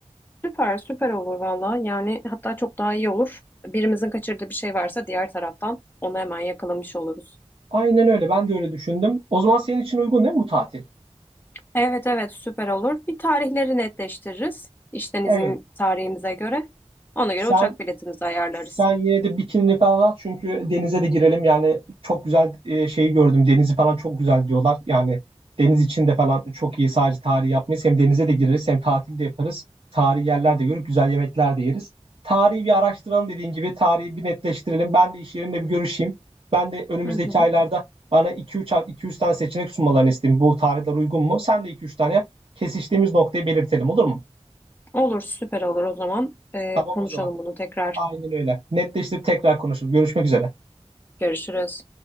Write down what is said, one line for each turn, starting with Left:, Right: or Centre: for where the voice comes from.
Left: Süper süper olur valla. Yani hatta çok daha iyi olur. Birimizin kaçırdığı bir şey varsa diğer taraftan onu hemen yakalamış oluruz.
Right: Aynen öyle. Ben de öyle düşündüm. O zaman senin için uygun değil mi bu tatil?
Left: Evet evet süper olur. Bir tarihleri netleştiririz. İşten izin
Right: Evet.
Left: tarihimize göre. Ona
Right: Sen
Left: göre uçak biletimizi ayarlarız.
Right: Sen yine de bikinini falan al çünkü denize de girelim. Yani çok güzel e, şeyi gördüm. Denizi falan çok güzel diyorlar. Yani deniz içinde falan çok iyi sadece tarihi yapmayız. Hem denize de gireriz hem tatil de yaparız. Tarihi yerler de görüp güzel yemekler de yeriz. Tarihi bir araştıralım dediğin gibi. Tarihi bir netleştirelim. Ben de iş yerimle bir görüşeyim. Ben de önümüzdeki
Left: Hı hı.
Right: aylarda bana iki üç iki üç tane seçenek sunmalarını isteyeyim. Bu tarihler uygun mu? Sen de iki üç tane yap. Kesiştiğimiz noktayı belirtelim olur mu?
Left: Olur süper olur o zaman. Ee,
Right: Tamam
Left: konuşalım
Right: o zaman.
Left: bunu tekrar.
Right: Aynen öyle. Netleştirip tekrar konuşuruz. Görüşmek üzere.
Left: Görüşürüz.